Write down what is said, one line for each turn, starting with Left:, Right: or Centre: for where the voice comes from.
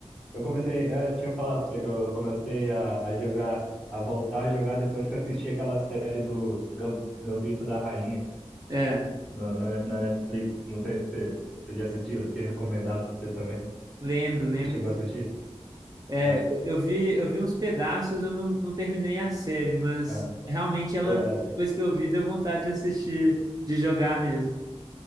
Centre: Eu comecei, eu tinha falado pra você que eu comecei a, a jogar, a voltar a jogar depois que eu assisti aquela série do Gam- Gambito da Rainha
Right: é,
Centre: na, na, na Netflix. Não sei se você você já assistiu, eu tinha recomendado pra você também.
Right: lembro, lembro.
Centre: Você chegou a assistir?
Right: É,
Centre: É,
Right: eu vi, eu vi uns pedaços, eu não, não terminei a série, mas
Centre: é.
Right: realmente ela,
Centre: Pô, é,
Right: depois que eu vi, deu vontade de assistir, de jogar mesmo.